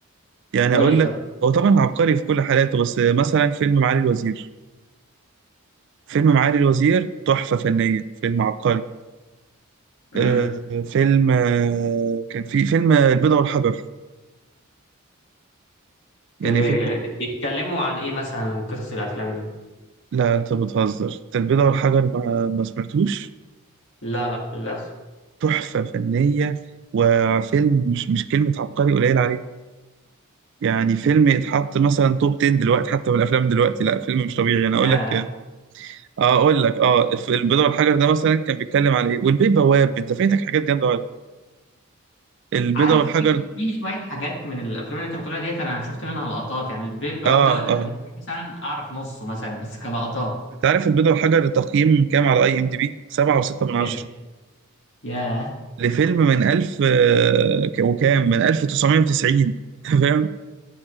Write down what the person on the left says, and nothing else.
قول
لي طب
امم
اوكي
بيتكلموا عن ايه مثلا قصص الافلام دي
لا لا للاسف
ياه
عارف
في في شويه حاجات من الافلام اللي انت بتقولها ديت انا شفت منها لقطات يعني البيب بواب
دوت انا
ممكن مثلا اعرف نصه مثلا بس كلقطات
كان
ياه